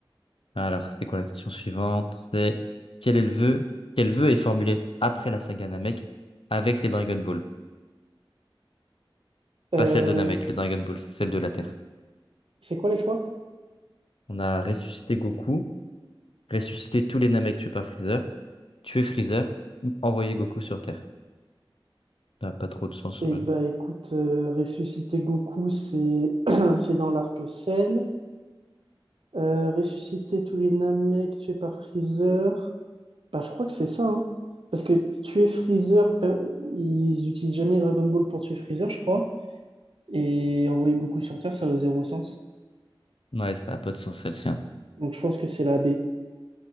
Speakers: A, on the left (about 80°); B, on the right (about 80°).
A: Alors, c'est quoi la question suivante? C'est quel est le vœu? Quel vœu est formulé après la saga Namek avec les Dragon Ball?
B: Euh,
A: Pas celle de Namek, les Dragon Ball, c'est celle de la Terre.
B: c'est quoi les choix?
A: On a ressuscité Goku, ressuscité tous les Namek tués par Freezer, tué Freezer, ou envoyé Goku sur Terre. Ça n'a pas trop de sens.
B: Et
A: euh.
B: bah écoute, euh, ressusciter Goku, c'est <clears throat> c'est dans l'arc Cell. Euh, ressusciter tous les Namek tués par Freezer. Bah je crois que c'est ça, hein. Parce que tuer Freezer, per- ils utilisent jamais Dragon Ball pour tuer Freezer, je crois. Et envoyer Goku sur Terre, ça a zéro sens.
A: Ouais, ça n'a pas de sens celle-ci. hein.
B: Donc je pense que c'est la B.